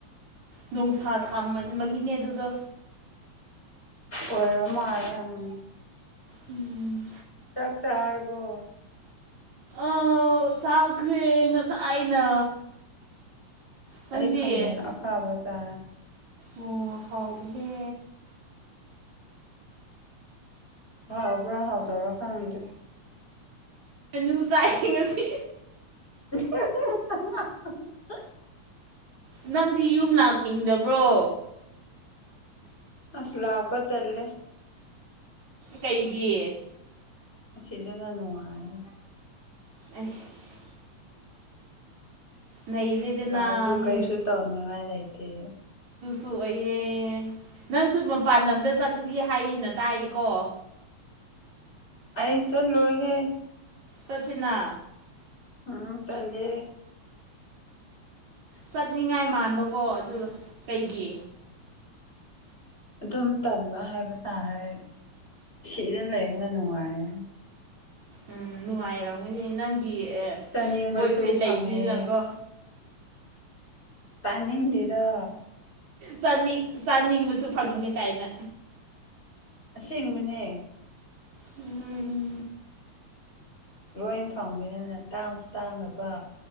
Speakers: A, on the right; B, on the left.
A: ꯅꯣꯡꯁꯥ ꯁꯥꯃꯟꯕꯒꯤꯅꯦ ꯑꯗꯨꯗꯣ
B: ꯑꯣꯏꯔ ꯃꯥꯔ ꯎꯝ
A: ꯎꯝ
B: ꯗꯥꯛ ꯆ ꯑꯕꯣ
A: ꯑ ꯆꯈ꯭ꯔꯦ ꯉꯁꯥꯏꯅ ꯅꯪꯗꯤ
B: ꯑꯩ ꯈ ꯃꯦꯟ ꯑꯈꯥ ꯑꯕ ꯆ
A: ꯑꯣ ꯍꯥꯎꯅꯦ
B: ꯍꯥꯎ ꯄꯨꯥ ꯍꯥꯥꯎꯗꯔ ꯈꯪꯗ
A: ꯃꯨ ꯆꯥꯏ ꯉꯁꯤ
B: <unintelligible> <inaudible>
A: ꯅꯪꯗꯤ ꯌꯨꯝ ꯂꯥꯛꯅꯤꯡꯗꯕ꯭ꯔꯣ
B: ꯑꯁ ꯂꯥꯛꯥꯎꯄ ꯇꯔꯂꯦ
A: ꯀꯩꯒꯤ
B: ꯑ ꯁꯤꯗ ꯅꯅ ꯋꯥꯅꯤꯒ
A: ꯑꯁ ꯅꯩꯔꯦꯗꯅ
B: ꯂꯥꯛꯁꯨ
A: ꯃꯤ
B: ꯀꯩꯁꯨ ꯇꯧꯅꯤꯉꯥꯏ ꯂꯩꯇꯦ
A: ꯁꯣꯛꯑꯌꯦꯦ ꯅꯪꯁꯨ ꯃꯄꯥꯟ ꯂꯝꯗ ꯆꯠꯀꯗꯤ ꯍꯥꯏꯌꯦꯅ ꯇꯥꯏꯀꯣ
B: ꯑꯩ ꯆ ꯂꯣꯏ ꯍꯦ
A: ꯀꯁꯤꯅꯥ
B: ꯎꯝ ꯇꯂꯦ
A: ꯆꯠꯅꯤꯡꯉꯥꯏ ꯃꯥꯟꯕꯀꯣ ꯑꯗꯨ ꯀꯩꯒꯤ
B: ꯑꯗꯨꯝ ꯇꯟꯕ ꯍꯥꯏꯕ ꯇꯥꯔꯦ ꯁꯤꯗꯅ ꯂꯩꯕꯅ ꯅꯨꯡꯉꯥꯏ
A: ꯎꯝ ꯅꯨꯡꯉꯥꯏꯔꯣ ꯅꯪ ꯒꯤ
B: ꯆꯥꯅꯤꯡꯕꯁꯨ
A: ꯕꯣꯏ ꯐ꯭ꯔꯦꯟ
B: ꯐꯪꯉꯦ
A: ꯂꯩꯕꯅꯤꯅꯀꯣ
B: ꯇꯅꯤꯗꯤꯗꯣ
A: ꯆꯅꯤꯡ ꯆꯥꯅꯤꯡꯕꯁꯨ ꯐꯪꯉꯦ ꯀꯥꯏꯅ
B: ꯑꯁꯦꯡꯕꯅꯦ
A: ꯎꯝ
B: ꯂꯣꯏ ꯐꯪꯕꯅꯤꯅꯅꯦ ꯇꯥꯡꯁꯨ ꯇꯥꯡꯉꯕ